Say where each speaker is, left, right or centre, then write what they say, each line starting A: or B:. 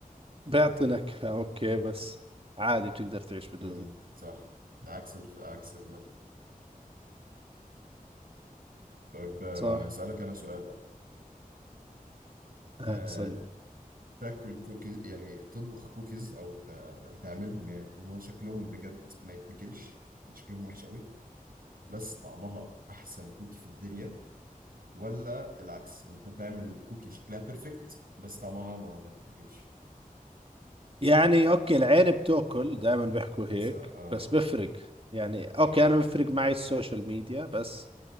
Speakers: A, on the right; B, on the right.
A: بيعطي نكهة أوكي بس عادي بتقدر تعيش بدونه
B: مم، صح عكس الف... عكس الملح طيب آه،
A: صح
B: هسألك أنا سؤال بقى
A: هتسألني
B: آه، تاكل كوكيز يعني تطبخ كوكيز او ت- تعملهم يعني اللي هو شكلهم بجد ما يتاكلش شكلهم وحش قوي بس طعمها احسن كوكي في الدنيا ولا العكس انت تعمل كوكي شكلها بيرفكت بس طعمها ما, ما تتاكلش
A: يعني أوكي العين بتاكل دائما بيحكوا هيك
B: س- اه
A: بس بفرق يعني أوكي
B: س- اه
A: أنا بفرق معي السوشيال ميديا بس